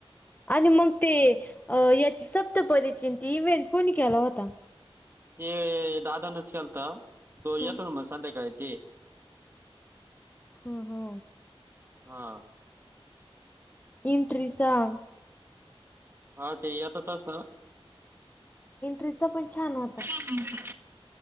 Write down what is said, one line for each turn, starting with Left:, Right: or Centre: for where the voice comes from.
Left: आणि मग ते
Right: हो.
Left: अ याची सप्तपदीची त इव्हेंट कोणी केला होता?
Right: ते दादानच केलता तो येतो
Left: ह
Right: ना संध्याकाळी ते.
Left: हा हा
Right: हा
Left: इंट्रसां
Right: हा ते येत तस
Left: एंट्रीचा पण छान होता
Right: <inaudible>